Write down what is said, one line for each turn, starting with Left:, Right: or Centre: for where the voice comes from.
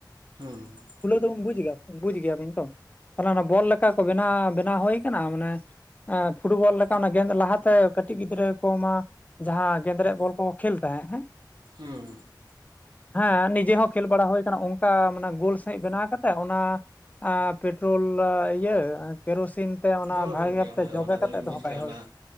Right: ᱦᱩᱸ᱾
Left: ᱦᱩᱞᱟᱹ ᱫᱚᱵᱮᱱ ᱵᱩᱡᱽ ᱜᱮᱭᱟ, ᱵᱩᱡᱽ ᱜᱮᱭᱟᱵᱮᱱ ᱛᱚ? ᱛᱟᱦᱞᱮ ᱚᱱᱟ ᱵᱚᱞ ᱞᱮᱠᱟ ᱠᱚ ᱵᱮᱱᱟᱣ ᱵᱮᱱᱟᱣ ᱦᱳᱭ ᱠᱟᱱᱟ ᱢᱟᱱᱮ ᱟᱸᱻ ᱯᱷᱩᱴᱵᱚᱞ ᱞᱮᱠᱟᱱᱟᱜ ᱜᱮᱸᱫ ᱞᱟᱦᱟᱛᱮ ᱠᱟᱹᱴᱤᱡ ᱜᱤᱫᱽᱨᱟᱹ ᱠᱚᱢᱟ ᱡᱟᱦᱟᱸ ᱜᱮᱸᱫᱽᱨᱮᱡ ᱵᱚᱞ ᱠᱚᱠᱚ ᱠᱷᱮᱞ ᱛᱟᱦᱮᱸᱜ ᱦᱮᱸ᱾
Right: ᱦᱩᱸ᱾
Left: ᱦᱮᱸ ᱱᱤᱡᱮ ᱦᱚᱸ ᱠᱷᱮᱹᱞ ᱵᱟᱲᱟ ᱦᱩᱭ ᱠᱟᱱᱟ, ᱚᱝᱠᱟ ᱢᱟᱱᱮ ᱜᱳᱞ ᱥᱟᱺᱦᱤᱡ ᱵᱮᱱᱟᱣ ᱠᱟᱛᱮᱜ ᱚᱱᱟ ᱟᱻ ᱯᱮᱴᱨᱳᱞ ᱤᱭᱟᱹ ᱠᱮᱨᱳᱥᱤᱱ ᱛᱮ ᱚᱱᱟ
Right: ᱦᱳᱭ
Left: ᱵᱷᱟᱜᱮ
Right: ᱜᱚᱝᱠᱮ
Left: ᱠᱟᱛᱮ
Right: ᱚᱱᱮ
Left: ᱡᱚᱵᱮ
Right: ᱚᱱᱟ ᱫᱚᱞᱤᱧ
Left: ᱠᱟᱛᱮᱜ ᱫᱚᱦᱚ
Right: ᱵᱩᱡᱽ
Left: ᱠᱟᱭ
Right: ᱠᱮᱜ-ᱟ
Left: ᱦᱳᱭ
Right: ᱚᱱᱟ